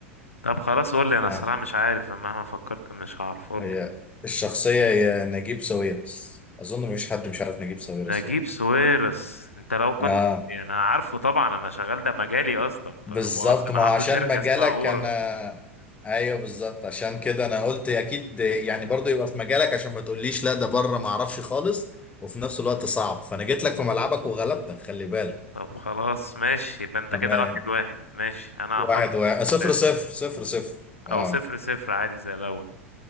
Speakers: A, on the left (about 80°); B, on the left (about 20°).
A: طب خلاص قول لي انا
B: ها
A: الصراحة مش عارف أنا مهما فكرت مش هعرف قول
B: هي
A: لي
B: الشخصية هي نجيب ساويرس اظن مفيش حد مش عارف نجيب ساويرس
A: نجيب
B: يعني
A: ساويرس انت لو كنت
B: اه
A: يعني انا عارفه طبعا انا شغال ده مجالي اصلا فهو
B: بالظبط
A: اصلا
B: ما
A: عنده
B: عشان
A: شركة
B: مجالك
A: اسمها اورا
B: انا ايوه بالظبط عشان كده انا قلت اكيد يعني برضو يبقى في مجالك عشان ما تقوليش لا ده بره ما اعرفش خالص وفي نفس الوقت صعب فانا جيت لك في ملعبك وغلبتك خلي بالك
A: طب خلاص ماشي يبقى انت
B: تمام
A: كده واحد واحد ماشي انا
B: واحد
A: هفكر في
B: واحد
A: حد
B: صفر صفر
A: دلوقتي.
B: صفر صفر اه
A: او صفر صفر عادي زي الاول